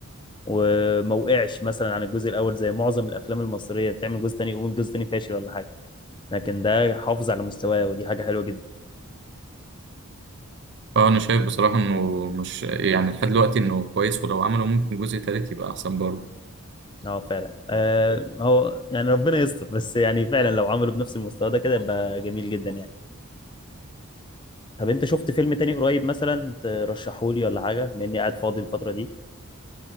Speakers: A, on the left; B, on the right.
A: وما وقعش مثلا عن الجزء الاول زي معظم الافلام المصريه بتعمل جزء تاني يقوم الجزء التاني فاشل ولا حاجه لكن ده حافظ على مستواه ودي حاجه حلوه جدا
B: اه انا شايف بصراحة انه مش يعني لحد دلوقتي انه كويس ولو عملوا ممكن جزء تالت يبقى احسن برضه
A: اه فعلا آه هو يعني ربنا يستر بس يعني فعلا لو عملوا بنفس المستوى ده كده يبقى جميل جدا يعني طب انت شفت فيلم تاني قريب مثلا ترشحه لي ولا حاجه بما اني قاعد فاضي الفتره دي